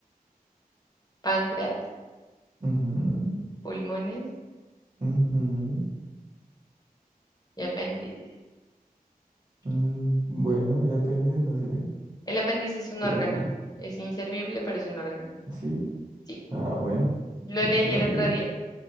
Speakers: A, on the left; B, on the right.
A: Páncreas,
B: Ujú,
A: pulmones
B: ujú,
A: y apéndice.
B: mm, bueno, el apéndice no sé,
A: El apéndice es un
B: pero
A: órgano.
B: sí.
A: Es inservible, pero es un órgano.
B: Sí.
A: Sí,
B: Ah, bueno,
A: lo
B: es
A: leí
B: válido.
A: el otro día.